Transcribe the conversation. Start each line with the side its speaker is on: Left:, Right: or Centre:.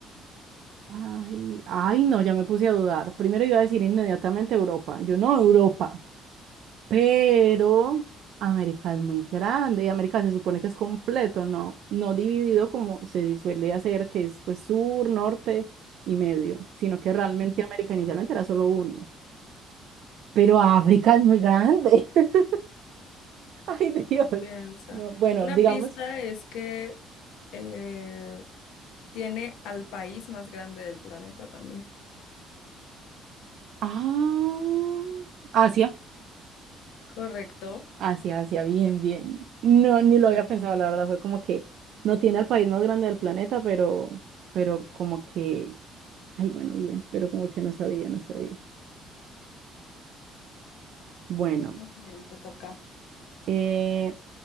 Right: Ay, ay, no, ya me puse a dudar. Primero iba a decir inmediatamente Europa. Yo no, Europa. Pero América es muy grande y América se supone que es completo, ¿no? No dividido como se suele hacer, que es pues sur, norte y medio, sino que realmente
Left: Mm.
Right: América inicialmente era solo uno. Pero África es muy grande. <laughs> Ay, Dios.
Left: Piensa.
Right: No, bueno,
Left: Una
Right: digamos,
Left: pista es que eh, tiene al país más grande del planeta también.
Right: ah, Asia.
Left: Correcto.
Right: Asia, Asia, bien, bien. No, ni
Left: Sí,
Right: lo había pensado, la verdad, fue como que no tiene al país más grande del planeta, pero, pero como que, ay, bueno, bien, pero como que no sabía, no sabía. Bueno,
Left: muy bien, te toca.
Right: eh,